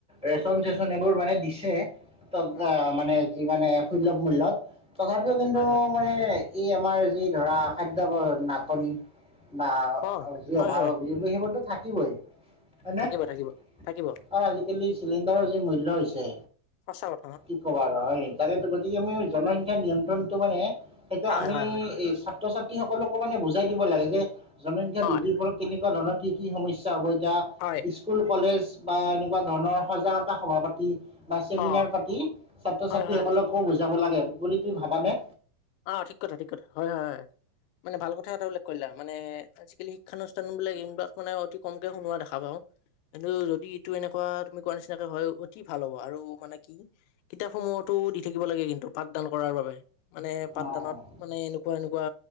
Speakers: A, in the centre; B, on the left.
A: ৰেচন চেচন এইবোৰ মানে দিছে কি, তত
B: হয়
A: আ, মানে যি মানে সুলভ মূল্যত তথাপিও কিন্তু
B: হয় হয়
A: মানে এই আমাৰ যি ধৰা খাদ্য বৰ নাটনি। বা,
B: অ
A: যি
B: হয়
A: অভাৱ
B: হয়
A: অভিযোগ সেইবোৰতো থাকিবই। হয়নে,
B: থাকিব থাকিব
A: অ,
B: থাকিব
A: আজিকালি চিলিণ্ডাৰৰ যি মূল্য হৈছে।
B: সঁচা কথ।
A: কি ক'বা আৰু হয় তাকেইতো গতিকে আমি জনসংখ্যা নিয়ন্ত্ৰণটো মানে সেইটো
B: হয়
A: আমি
B: হয়
A: এ, ছাত্ৰচাত সকলকো মানে বুজাই দিব লাগে যে জনসংখ্যা
B: হয় হয়
A: বৃদ্ধিৰ ফলত কেনেকুৱা ধৰণৰ কি কি সমস্যা হ'ব। তা,
B: হয়
A: স্কুল কলেজ বা এনেকুৱা ধৰণৰ সজাগতা সভা পাতি বা চেমিনাৰ
B: অ
A: পাতি ছাত্ৰ
B: হয়
A: ছাত্ৰীসকলকো
B: হয়
A: বুজাব লাগে বুলি তুম ভাবানে?
B: অ, ঠিক কথা। ঠিক কথা। হয় হয়। মানে ভাল কথা এটা উল্লেখ কৰিলা মানে আজিকালি শিক্ষানুষ্ঠানো বিলাক এইবিলাক মানে অতি কমকে শুনোৱা দেখা পাওঁ। কিন্তু যদি এইটো এনেকুৱা তুমি কোৱা নিচিনাকে হয় অতি ভাল হ'ব আৰু মানে কি-কিতাপ সমূহতো পো দি থাকিব লাগে কিন্তু পাঠদান কৰাৰ বাবে মানে পাঠদানত
A: অ',
B: মানে এনো কোৱা এনেকুৱা